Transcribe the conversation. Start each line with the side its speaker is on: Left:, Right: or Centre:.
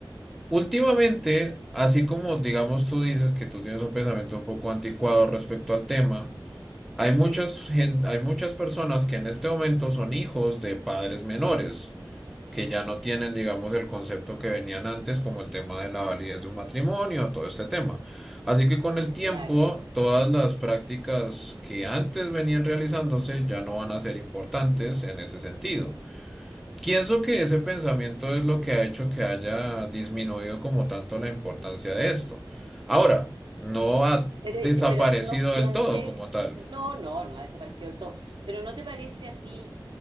Centre: últimamente, así como, digamos, tú dices que tú tienes un pensamiento un poco anticuado respecto al tema, hay muchas
Right: sí,
Centre: gen- hay muchas personas que en este momento son hijos de padres menores, que ya no tienen, digamos, el concepto que venían antes, como el tema de la validez de un matrimonio, todo este tema. Así que con el tiempo,
Right: claro.
Centre: todas las prácticas que antes venían realizándose ya no van a ser importantes en ese sentido. Pienso que ese pensamiento es lo que ha hecho que haya disminuido como tanto la importancia de esto. Ahora, no ha
Right: Pero,
Centre: desaparecido
Right: pero no siente,
Centre: del todo como tal.
Right: no, no, no ha desaparecido del todo. Pero ¿no te parece a ti